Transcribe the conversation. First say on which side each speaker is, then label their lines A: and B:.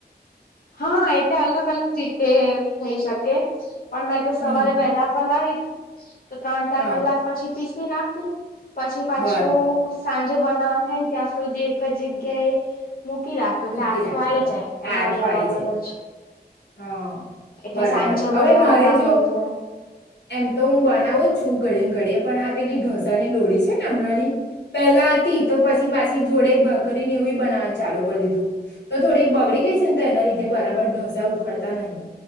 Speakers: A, on the left; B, on the left.
A: હા એટલે અલગ અલગ રીતે થઇ શકે પણ મેં તો સવારે
B: હમ
A: વહેલા પલાળી દીઘુ <inaudible> ત્રણ ચાર
B: હા
A: કલાક પછી પીસી નાખું પછી પાછું
B: બરાબર
A: સાજ જો બનાવવાનું થાય ને ત્યાં સુધી એક જગ્યાએ મૂકી રાખું
B: મૂકી
A: એટલે આથો
B: રાખવાનું
A: આઈ જાય. એને
B: આથો
A: અડ્યા
B: આઈ
A: વગર
B: જાય
A: જ
B: હા
A: એટલે
B: બરાબર
A: સાંજે બનાવાના
B: હવે મારે
A: હોય
B: જો
A: એટલે
B: એમ તો હું બનાવું જ છું ઘડીએ ને ઘડીએ પણ આ પેલી ઢોસા ની લોડી છે ને હમણાં ની પેલા હતી તો પછી પાછી જોડે ભખરી ને એવું બનાવવા ચાલુ કરી દીધું. તો થોડીક બગડી ગઈ છે ને તો એના લીધે બરાબર ઢોસા ઉખાડતા નહી.